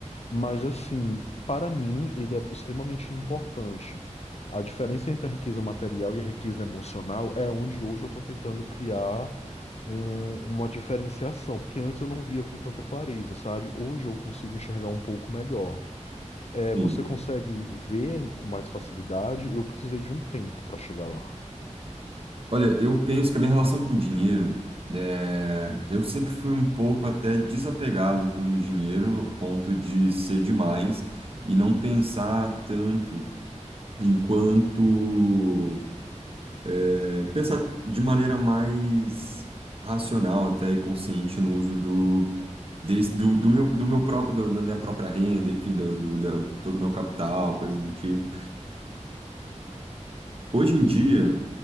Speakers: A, on the left (about 60°); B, on the right (about 50°).
A: Mas assim, para mim, ele é extremamente importante. A diferença entre a riqueza material e a riqueza emocional é onde hoje eu estou tentando criar um- uma diferenciação, porque antes eu não via com tanta clareza, sabe? Hoje eu consigo enxergar um pouco melhor. É,
B: sim.
A: você consegue ver com mais facilidade? Eu precisei de um tempo para chegar lá.
B: Olha, eu penso que a minha relação com o dinheiro, é, eu sempre fui um pouco até desapegado com o dinheiro, a ponto de ser demais e não pensar tanto enquanto, é, pensar de maneira mais racional até e consciente no uso do, desse- do, do meu, do meu próprio, do- da minha própria renda, enfim, do, do, da- todo o meu capital, coisas do tipo. Hoje em dia